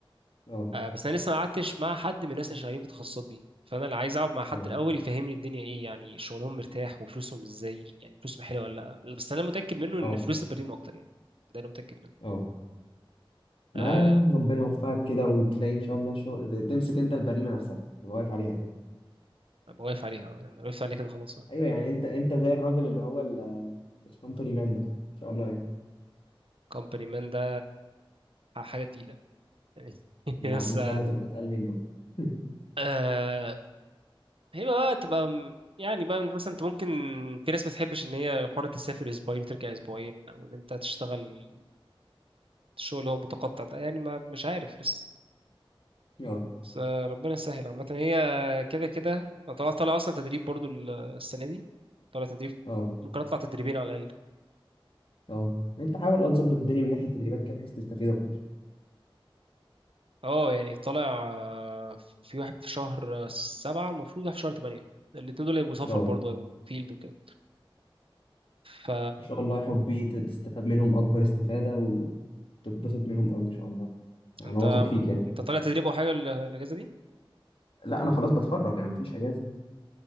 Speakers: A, on the left (about 70°); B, on the right (about 75°).
A: اه
B: آه، بس انا لسه ما قعدتش مع حد من الناس اللي شغالين في التخصصات دي فانا اللي عايز اقعد مع حد
A: اه
B: الاول يفهمني الدنيا ايه يعني شغلهم مرتاح وفلوسهم ازاي يعني فلوسهم حلوه ولا لا بس انا متاكد منه ان
A: اه
B: فلوس البريم اكتر يعني ده انا متاكد منه
A: اه ما
B: أه
A: ربنا يوفقك كده وتلاقي ان شاء الله شغل تمسك انت البريمه نفسها تبقى واقف عليها كده
B: أبقى واقف عليها يعني أنا وقفت عليه كده خلاص
A: ايوه يعني انت انت زي الراجل اللي هو الكومباني مان ده ان شاء الله يعني
B: كومباني مان ده آه، حاجه تقيله يعني <laughs>
A: يا عم
B: بس
A: ان شاء الله تبقى اتقل منه <laughs>
B: آه هي بقى تبقى م- يعني بقى مثلا انت ممكن في ناس ما تحبش ان هي حرة تسافر اسبوعين وترجع اسبوعين او ان انت تشتغل شغل هو متقطع ده يعني ما مش عارف لسه
A: اه
B: بس ربنا يسهل عامة هي كده كده انا طلعت طالع اصلا تدريب برضو ال- السنة دي طالع تدريب
A: اه
B: ممكن اطلع تدريبين على الأقل
A: اه انت حاول اه تظبط الدنيا من ناحيه التدريبات كده بحيث تستفيد اكتر
B: اه يعني طالع آه، في واحد في شهر آه، سبعة المفروض واحد في شهر تمانية الاتنين دول هيبقوا سفر
A: اه
B: برضو هيبقوا فيلد وكده ف
A: ان شاء الله يا حبي ت- تستفاد منهم اكبر استفاده وتتبسط منهم قوي ان شاء الله انا
B: انت
A: واثق فيك يعني
B: انت طالع تدريب او حاجة ال- الاجازة دي
A: لا انا خلاص بتخرج انا مفيش اجازه